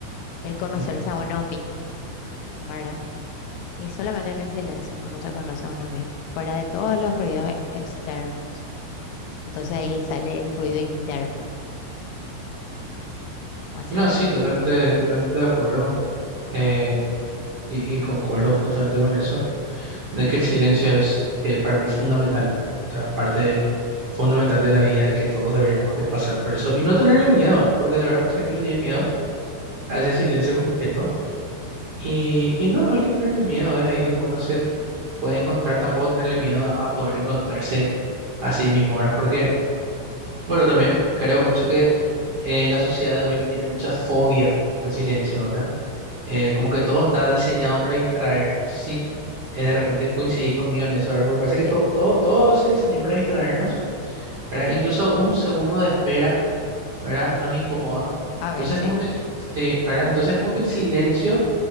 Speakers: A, on the left (about 85°); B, on the right (about 65°).
A: el conocerse
B: Ujú.
A: a uno mismo, ¿verdad? y solamente en el silencio uno se conoce a uno mismo, fuera de todos los ruidos externos. Entonces ahí sale el ruido interno. Así
B: No,
A: es.
B: sí, totalmente, totalmente de acuerdo. eh, y, y concuerdo justamente con eso. de que el silencio es eh, para mí fundamental, o sea, parte fundamental de la vida que todos deberíamos de pasar por eso y no tenerle miedo, ¿eh? porque de verdad mucha gente le tiene miedo a ese silencio completo y, y no, no hay que tenerle miedo, es ahí donde uno se puede encontrar, tampoco tenerle miedo a, a poder encontrarse a sí mismo ahora, porque bueno, también creo mucho que eh, la sociedad de hoy le tiene mucha fobia al silencio, ¿verdad? eh, como que todo está diseñado para distraernos. Sí,
A: Sí,
B: eh, de repente coincidís conmigo en eso, ¿verdad? Porque parece
A: sí.
B: que todo, todo, todo se diseñó para distraernos, ¿verdad? Incluso un segundo de espera, ¿verdad? Nos incomoda.
A: A
B: Entonces,
A: veces,
B: como que el, sí, ¿verdad? Entonces, como que el silencio